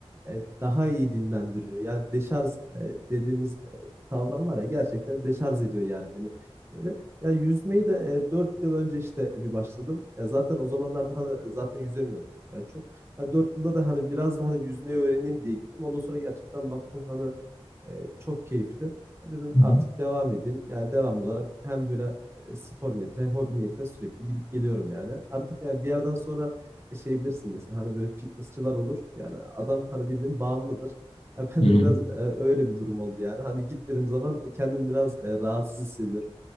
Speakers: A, on the right; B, on the left.
A: e, daha iyi dinlendiriyor. Yani deşarj e, dediğimiz e, kavram var ya gerçekten deşarj ediyor yani beni. Böyle ya yüzmeyi de e, 4 yıl önce işte bir başladım. Ya zaten o zamanlarda hani e, zaten yüzemiyordum ya çok. Ya 4 yılda da hani biraz da hani yüzmeyi öğreneyim diye gittim. Ondan sonra gerçekten baktım hani e, çok keyifli. E, Dedim
B: Hı
A: artık
B: hı.
A: devam edeyim. Yani devam olarak hem böyle e, spor niyetine hem hobi niyetine sürekli gidip geliyorum yani. Artık yani bir yerden sonra e, şey bilirsin mesela hani böyle fitnessçılar olur. Yani adam hani bildiğin bağımlıdır. Ya <laughs> ben
B: Hı hı.
A: de biraz e, öyle bir durum oldu yani. Hani gitmediğim zaman e, kendimi biraz e, rahatsız hissediyorum.